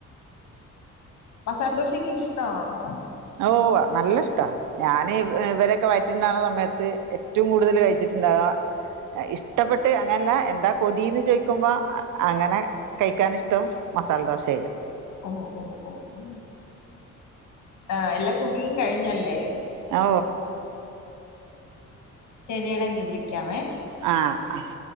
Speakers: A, on the left; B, on the right.
A: മസാലദോശയൊക്കെ ഇഷ്ടവാണോ
B: ഓ ആഹ് നല്ല ഇഷ്ടവാ ഞാന് ഇവരൊക്കെ വയറ്റിലുണ്ടാകണ സമയത്ത് ഏറ്റവും കൂടുതൽ കഴിച്ചിട്ടുണ്ടാവ ഇഷ്ടപ്പെട്ട് അങ്ങനല്ല എന്താ കൊതീന്ന് ചോയ്ക്കുമ്പോ അങ്ങനെ കഴിക്കാനിഷ്ടം മസാലദോശ
A: ഓ ഓ ഓ ഓ ആ എല്ലാ കുക്കിംഗും കഴിഞ്ഞല്ലേ
B: ഓ
A: ശരിയടാ എങ്കിൽ വിളിക്കാവേ
B: ആഹ് ആഹ്